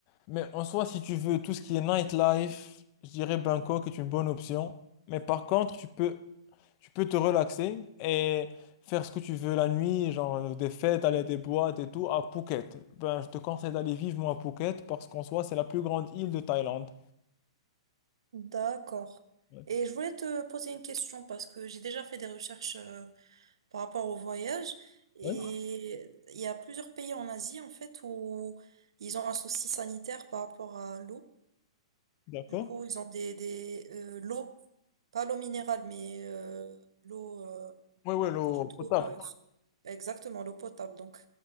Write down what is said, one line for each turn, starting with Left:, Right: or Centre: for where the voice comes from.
Left: mais en soi, si tu veux tout ce qui est nightlife, je dirais Bangkok est une bonne option. Mais par contre, tu peux, tu peux te relaxer et faire ce que tu veux la nuit, genre euh, des fêtes, aller à des boîtes et tout, à Phuket. Ben, je te conseille d'aller vivement à Phuket parce qu'en soi, c'est la plus grande île de Thaïlande.
Right: D'accord.
Left: Ouais.
Right: Et je voulais te poser une question parce que j'ai déjà fait des recherches euh, par rapport au voyage. Et
Left: Ouais,
Right: il y a plusieurs pays en Asie, en fait, où ils ont un souci sanitaire par rapport à l'eau.
Left: d'accord.
Right: Du coup, ils ont des, des euh, l'eau, pas l'eau minérale, mais euh, l'eau euh,
Left: Ouais, ouais, l'eau
Right: que tu trouves,
Left: potable.
Right: euh, exactement, l'eau potable. Donc,